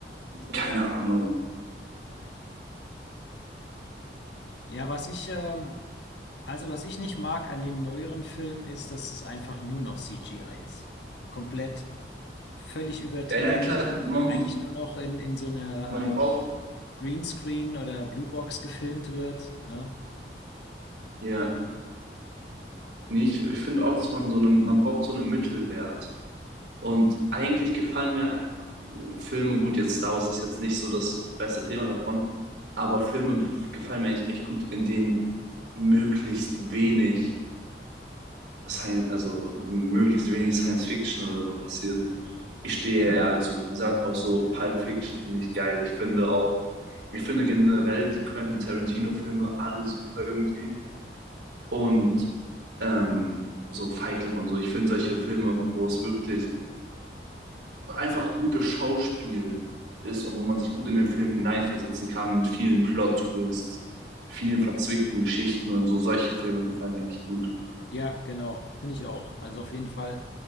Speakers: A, on the right; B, on the left.
A: keine Ahnung.
B: ja, was ich, ähm, Also, was ich nicht mag an den neueren Filmen ist, dass es einfach nur noch CGI ist. Komplett, völlig übertrieben.
A: Ja, ja, klar,
B: Das ist
A: man,
B: eigentlich nur noch in, in so einer
A: man braucht,
B: äh, Greenscreen oder Bluebox gefilmt wird. Ne?
A: ja, nee, ich, ich finde auch, dass man so einen, man braucht so einen Mittelwert. Und eigentlich gefallen mir äh, Filme, gut, jetzt Star Wars ist jetzt nicht so das beste Thema davon, aber Filme gefallen mir eigentlich echt gut, in denen möglichst wenig Science, also möglichst wenig Science Fiction oder so passiert. Ich stehe
B: Genau.
A: ja also, wie gesagt, auch so Pulp Fiction finde ich geil. Ich finde auch, ich finde generell die Quentin Tarantino-Filme alle super irgendwie. Und ähm, so Fight Club und so. Ich finde solche Filme, wo es wirklich einfach gutes Schauspiel ist und wo man sich gut in den Film hineinversetzen kann mit vielen Plot-Twists, vielen verzwickten Geschichten und so. Solche Filme gefallen mir echt gut.
B: Ja, genau. Finde ich auch. Also auf jeden Fall,